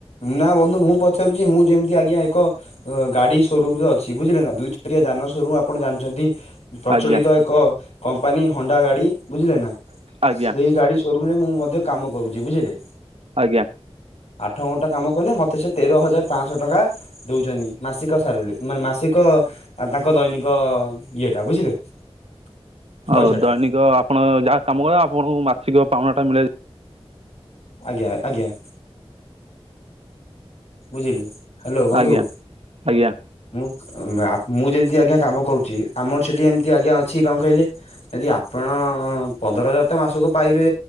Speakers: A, on the left; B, on the right.
A: ନା ବନ୍ଧୁ ମୁଁ ପଚାରୁଛି ମୁଁ ଯେମିତି ଆଜ୍ଞା ଏକ ଗାଡି ସୋରୁମରେ ଅଛି ବୁଝିଲେ ନା ଦୁଇ ଚାକିଆ ଯାନ ସୋରୁମ ଆପଣ ଜାଣିଛନ୍ତି। ପ୍ରଚଳିତ
B: ଆଜ୍ଞା
A: ଏକ କମ୍ପାନୀ ହଣ୍ଡା ଗାଡି ବୁଝିଲେ ନା
B: ଆଜ୍ଞା
A: ସେଇ ଗାଡି? ସୋରୁମରେ ମୁଁ ମଧ୍ୟ କାମ କରୁଛି ବୁଝିଲେ।
B: ଆଜ୍ଞା
A: ଆଠ ଘଣ୍ଟା କାମ କଲେ ମୋତେ ସେ ତେର ହଜାର ପାଞ୍ଚଶହ ଟଙ୍କା ଦଉଛନ୍ତି ମାସିକ ସାଲେରି ମାନେ ମାସିକ ତାଙ୍କ ଦୈନିକ ଇଏଟା ବୁଝିଲେ? <unintelligible> ପଇସାଟା
B: ଆଉ ଦୈନିକ ଆପଣ ଯାହା କାମ କ ଆପଣଙ୍କୁ ମାସିକ ପାଉଣା ଟା ମିଳେ
A: ଆଜ୍ଞା ଆଜ୍ଞା ବୁଝିଲି। ହ୍ୟାଲୋ ବନ୍ଧୁ
B: ଆଜ୍ଞା ଆଜ୍ଞା।
A: ମୁଁ ମୁଁ ଯେମିତି ଆଜ୍ଞା କାମ କରୁଚି ଆମର ସେଠି ଏମିତି ଆଜ୍ଞା ଅଛି କଣ କହିଲେ। ଯଦି ଆପଣ ପନ୍ଦର ହଜାର ତ ମାସକୁ ପାଇବେ